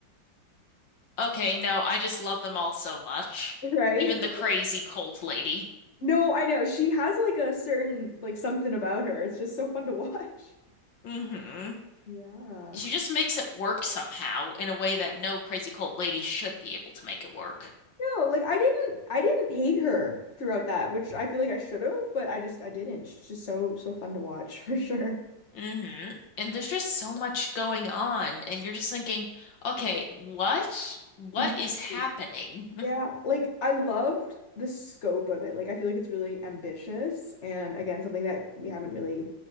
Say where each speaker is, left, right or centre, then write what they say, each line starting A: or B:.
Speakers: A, on the left; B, on the left.
A: okay, no, I just love them all so much.
B: Right?
A: Even the crazy cult lady.
B: No, I know. She has like a certain like something about her. It's just so fun to <laughs> watch.
A: hmm
B: Yeah.
A: She just makes it work somehow in a way that no crazy cult lady should be able to make it work.
B: No, like I didn't I didn't hate her throughout that, which I feel like I should have, but I just I didn't. She's just so so fun to watch <laughs> for sure.
A: hmm And there's just so much going on, and you're just thinking, okay, what? What
B: Exactly.
A: is happening? <laughs>
B: Yeah, like I loved the scope of it. Like I feel like it's really ambitious and again something that we haven't really